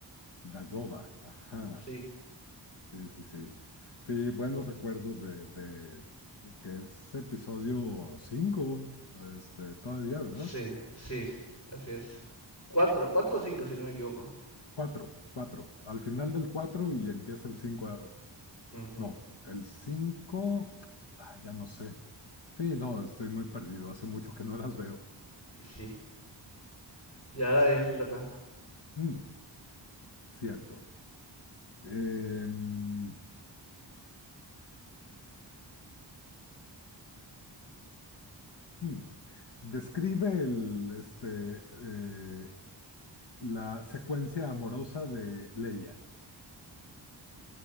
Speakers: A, on the left; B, on the left.
A: Dagoba. Ajá.
B: sí,
A: Sí, sí, sí. Sí, buenos recuerdos de, de que es episodio 5 este, todavía, ¿verdad?
B: sí, sí, así es. Cuatro, cuatro o cinco, si no me equivoco.
A: Cuatro, cuatro. Al final del cuatro y empieza el cinco. a-
B: Ujú,
A: No, el cinco. ah, ya no sé. Sí, no, estoy muy perdido. Hace mucho que no las veo.
B: Y sí, ya, dale, te toca.
A: Mm, cierto. Em, hmm. Describe el, este, eh, la secuencia amorosa de Leia.